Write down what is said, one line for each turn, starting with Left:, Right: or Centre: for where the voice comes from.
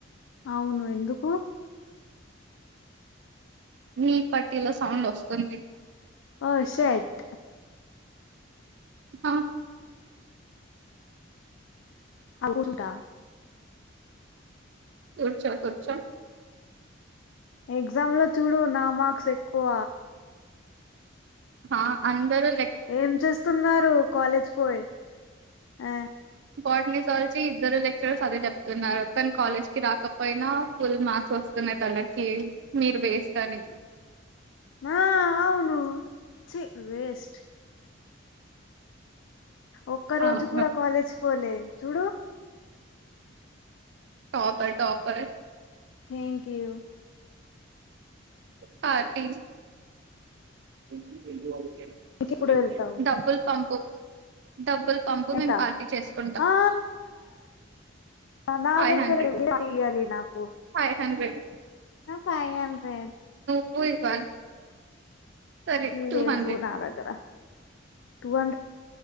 Left: అవును ఎందుకు
Right: నీ పట్టీలో సౌండ్ వస్తుంది
Left: ఓ షెట్
Right: ఆ
Left: అచ్చుట
Right: కూర్చో కూర్చొ
Left: ఎగ్జామ్ లో చూడు నా మార్క్స్ ఎక్కువ
Right: ఆ అందరు
Left: ఏం చేస్తున్నారు కాలేజ్ పోయి ఆ
Right: బట్నిజాలజీ ఇద్దరు లెక్చరర్స్ అదే చెప్తున్నారు తన కాలేజ్ కి రాకపోయినా ఫుల్ మార్క్స్ వస్తున్నాయి తనకి మీరు వేస్ట్ అని
Left: ఆ అవును ఛీ వేస్ట్ ఒక్క రోజు
Right: అవును
Left: కూడా కాలేజ్ పోలే చూడు
Right: topper topper
Left: thank you
Right: party -
Left: ఇంకెప్పుడు
Right: <inaudible>
Left: వెళ్తావు
Right: డబ్బులు పంపు డబ్బులు పంపు
Left: ఎంత
Right: మేము పార్టీ చేసుకుంటాం
Left: ఆ నా
Right: ఫైవ్
Left: దగ్గర
Right: హండ్రెడ్
Left: ఏం తీయాలి నాకు
Right: ఫైవ్ హండ్రెడ్
Left: ఫైవ్ హండ్రెడ్
Right: నువ్వు ఇవ్వాలి సరే టూ
Left: లేవు
Right: హండ్రెడ్
Left: నా దగ్గర టూ అ